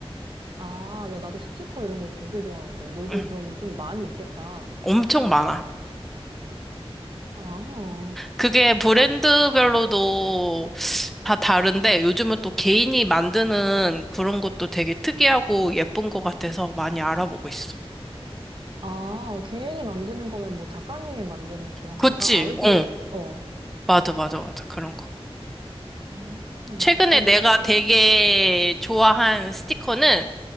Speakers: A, on the right; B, in the centre.
A: 아, 야, 나도 스티커 이런 거 되게 좋아하는데, 너도
B: 응,
A: 그러면 좀 많이 있겠다.
B: 엄청 많아.
A: 아,
B: 그게 브랜드별로도 다 다른데 요즘은 또 개인이 만드는 그런 것도 되게 특이하고 예쁜 것 같아서 많이 알아보고 있어.
A: 아, 개인이 만드는 거면 뭐 작가님이 만드는 그런
B: 그치?
A: 건가? 아이디어,
B: 어,
A: 어.
B: 맞아, 맞아, 맞아. 그런 거.
A: 오
B: 최근에
A: 그,
B: 내가 되게 좋아한 스티커는